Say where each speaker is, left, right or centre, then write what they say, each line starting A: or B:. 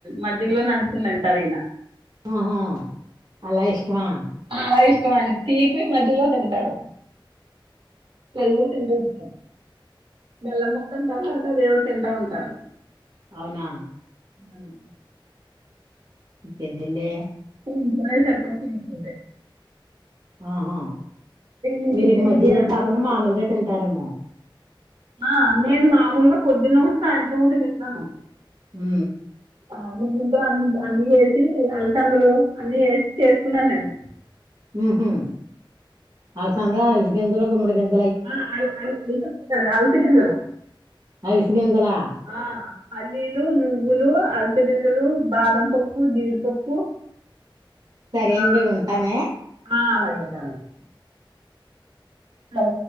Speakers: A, on the right; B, on the right.
A: మధ్యలో నంచుందంటార్ ఈయన
B: ఆహా అలా ఇష్టమా?
A: చాలా ఇష్టం ఆయనకు తీపి మధ్యలో తింటారు. పెల్లు తింటూ ఉంట బెల్లం ముక్కంతా తాత దేవు తింటా ఉంటారు.
B: అవునా
A: అవున్
B: ఇంకేంటండీ?
A: మ్ పోయేసరిక్ <unintelligible>
B: ఆహా
A: మీకు
B: మీర్
A: ఇదైనయా
B: ఈ మధ్యలో కాకుండా మామూల్గా తింటారేమో
A: ఆ నేను మామూల్గా పొద్దున్ ఒకటి సాయంత్రం ఒకటి తింటాను.
B: మ్
A: ఆ నేన్ దీంతో అన్ అన్ని వేసి అలసందలు అన్ని ఏసి చేస్కుంటాను నేను
B: మ్ హ్ అల్సంద, అరి గింజలు, గుమ్మడి గింజ
A: ఆ అల్ అల్ అల్స అల్స గింజలు
B: అవిసె గింజలా
A: ఆ పల్లీలు, నువ్వులు, అల్స గింజలు, బాదం పప్పు, జీడిపప్పు,
B: సరే
A: ఆ,
B: అండి ఉంటానే
A: ఆ అలాగే అండి అలాగే సరే